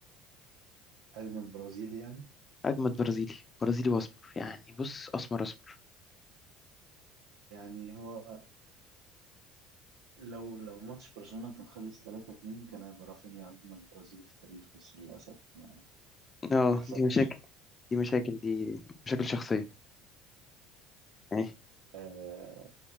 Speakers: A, on the right; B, on the left.
A: أجمل برازيل يعني
B: اجمد برازيلي برازيلي واسمر يعني بص اسمر اسمر
A: يعني هو لو لو ماتش برشلونة كان خلص 3-2 كان هيبقى رافينيا أجمل برازيلي في التاريخ بس للأسف ما
B: اه
A: ما حصلش
B: دي مشاكل دي مشاكل دي مشاكل شخصيه يعني
A: آه،